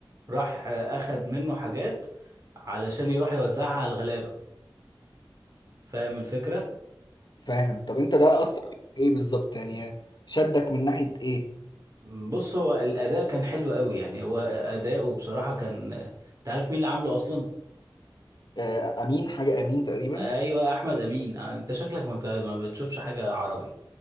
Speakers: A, on the right (about 40°); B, on the left (about 55°).
A: راح آه، اخد منه حاجات علشان يروح يوزعها على الغلابة فاهم الفكرة
B: فاهم طب انت ده اثر فيك في ايه بالظبط يعني شدك من ناحيه ايه
A: فبص هو الاداء كان حلو قوي يعني هو اداؤه بصراحة كان انت عارف مين اللي عامله اصلا
B: آه، امين حاجه امين تقريبا
A: ايوه احمد امين آه، انت شكلك ما, انت ما بتشوفش حاجة عربي